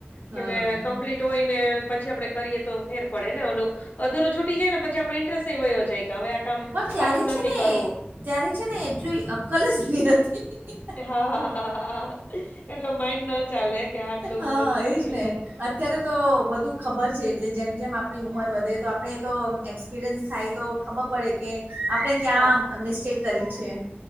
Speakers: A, on the left (about 50°); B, on the right (about 55°).
A: કેમ
B: હા.
A: કમ્પ્લીટ હોય ને, પછી આપણે કરીએ તો, ફેર પડે ને ઓ લોકો અધૂરું છૂટી જાય ને, પછી આપડો ઇન્ટરેસ્ટ એ વયો જાય કે, હવે આ કામ
B: પણ ત્યારે
A: પાછું
B: છે
A: નથી
B: ને
A: કરવું.
B: ત્યારે છે ને, એટલી અક્કલ જ નહી હતી.
A: હા, હા, હા, હ, એટલો માઈન્ડ ન ચાલે કે, આટલું
B: હા
A: બધું
B: એજ
A: શીખી
B: ને
A: લે.
B: અત્યારે તો બધું ખબર છે, એટલે જેમ-જેમ આપણી ઉંમર વધે તો આપણે તો એક્સપિરિયન્સ થાય તો ખબર પડે કે, આપણે ક્યાં
A: હા,
B: મિસ્ટેક કરી છે.